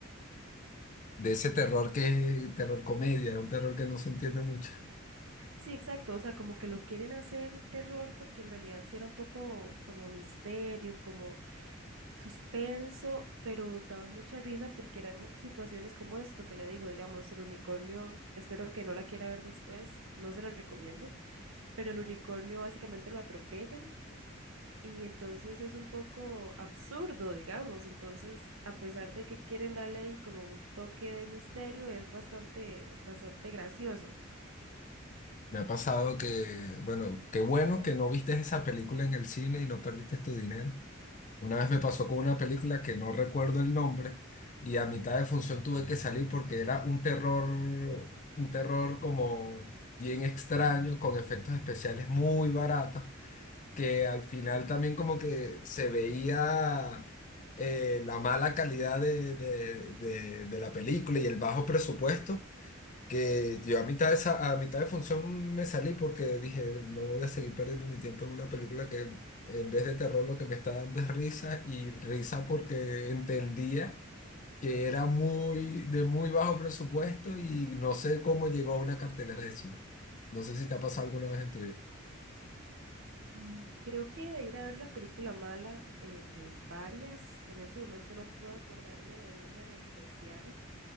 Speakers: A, on the left (about 40°); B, on the right (about 75°).
A: De ese terror que, terror comedia, un terror que no se entiende mucho.
B: Sí, exacto, o sea, como que lo quieren hacer terror porque en realidad sí era un poco como misterio, como suspenso, pero daba mucha risa porque eran situaciones como esto que le digo, digamos, el unicornio, espero que no la quiera ver después, no se la recomiendo, pero el unicornio básicamente lo atropellan y entonces es un poco absurdo, digamos, entonces a pesar de que quieren darle ahí como un toque de misterio, es bastante, bastante gracioso.
A: Me ha pasado que, bueno, qué bueno que no viste esa película en el cine y no perdiste tu dinero. Una vez me pasó con una película que no recuerdo el nombre y a mitad de función tuve que salir porque era un terror, un terror como bien extraño, con efectos especiales muy baratos. que al final también como que se veía eh, la mala calidad de, de- de- de la película y el bajo presupuesto, que yo a mitad de, esa- a mitad de función me salí porque dije, no voy a seguir perdiendo mi tiempo en una película que en vez de terror lo que me está dando es risa y risa porque entendía que era muy de muy bajo presupuesto y no sé cómo llegó a una cartelera de cine. No sé si te ha pasado alguna vez en tu vida.
B: Mm, Creo que de ir a ver la película mala, eh, pues varias. En este momento no puedo acordarme de una en especial,